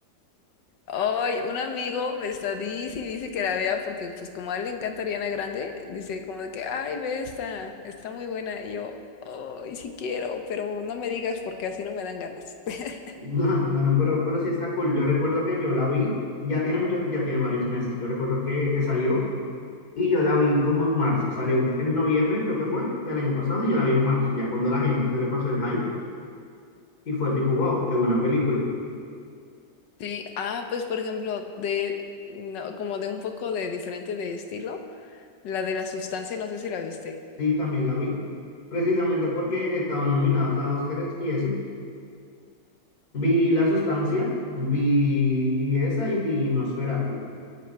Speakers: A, on the left; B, on the left.
A: Hoy un amigo me está dice y dice que la vea porque pues como a él le encanta Ariana Grande, dice como de que, ay, ve esta, está muy buena. Y yo, ay, sí quiero, pero no me digas porque así no me dan ganas. <laughs>
B: <laughs> Bueno, pero, pero sí está cool. Yo recuerdo que yo la vi, ya tiene mucho, ya tiene varios meses. Yo recuerdo que, que salió y yo la vi como en marzo. Salió en, en noviembre, creo que fue, del año pasado y yo la vi en marzo, ya cuando a la gente se le pasó el hype y fue tipo, wow, qué buena película.
A: Sí, ah, pues por ejemplo, de no, como de un poco de diferente de estilo, la de la sustancia, no sé si la viste.
B: Sí, también la vi, precisamente porque estaban nominadas a Oscars y eso. Vi La Sustancia, vi esa y vi Nosferatu.